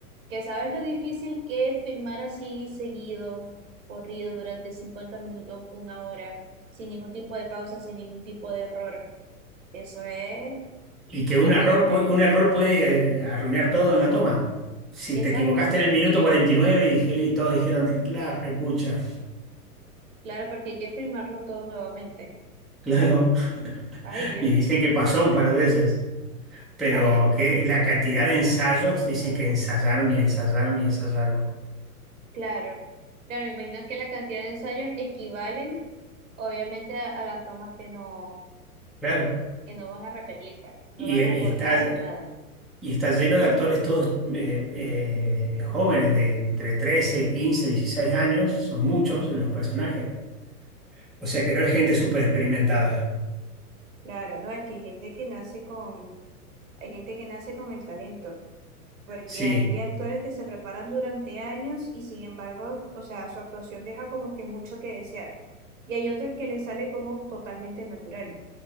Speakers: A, on the right; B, in the centre.
A: que sabes lo difícil que es filmar así seguido, corrido durante 50 minutos, una hora, sin ningún tipo de pausa, sin ningún tipo de error. Eso es
B: Y que un
A: admirable.
B: error, pue- un error puede eh, arruinar todo en una toma. Si te
A: Exacto.
B: equivocaste en el minuto cuarenta y, nueve y, dije- y todos dijeron, la repucha,
A: Claro, porque hay que filmarlo todo nuevamente.
B: <laughs> claro.
A: Ay, Dios.
B: Y dicen que pasó un par de veces. Pero
A: Ay, Dios mío.
B: que la cantidad de ensayos, dicen que ensayaron y ensayaron y ensayaron.
A: Claro. Claro, me imagino que la cantidad de ensayos equivalen, obviamente, a, a las tomas que no,
B: Claro.
A: que no van a repetir, pues, no
B: Y,
A: van
B: y
A: a cortar
B: está,
A: ni nada.
B: y está lleno de actores todos eh, eh, jóvenes, de entre 13 15 16 años. Son muchos los personajes. O sea que no es gente súper experimentada.
A: Claro, no, es que hay gente que nace con, Hay gente que nace con el talento, porque
B: Sí.
A: hay actores que se preparan durante años y sin embargo, o sea, su actuación deja como que mucho que desear. Y hay otros que les sale como totalmente natural.